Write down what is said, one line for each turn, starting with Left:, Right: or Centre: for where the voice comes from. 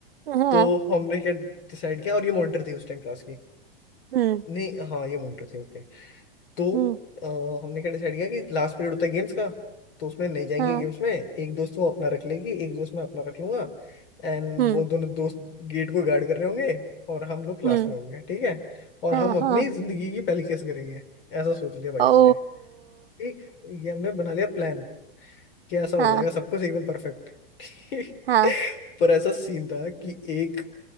Right: हाँ
Left: तो हमने क्या डिसाइड किया और ये मॉनिटर थी उस टाइम क्लास की
Right: हम्म
Left: नहीं हाँ ये मॉनिटर थी ओके। तो
Right: हम्म
Left: अ, हमने क्या डिसाइड किया कि लास्ट पीरियड होता है गेम्स का तो उसमें नहीं जाएंगे
Right: हाँ
Left: गेम्स में एक दोस्त वो अपना रख लेगी एक दोस्त मैं अपना रख लूंगा एंड
Right: हम्म
Left: वो दोनों दोस्त गेट को गार्ड कर रहे होंगे और हम लोग क्लास
Right: हम्म
Left: में होंगे ठीक है और हम
Right: हाँ
Left: अपनी
Right: हाँ
Left: जिंदगी की पहली केस करेंगे ऐसा सोच लिया भाई हमने
Right: ओ
Left: ठीक ये हमने बना लिया प्लान कि ऐसा हो
Right: हाँ
Left: जाएगा सब कुछ एकदम परफेक्ट ठीक
Right: हाँ
Left: <laughs> पर ऐसा सीन था कि एक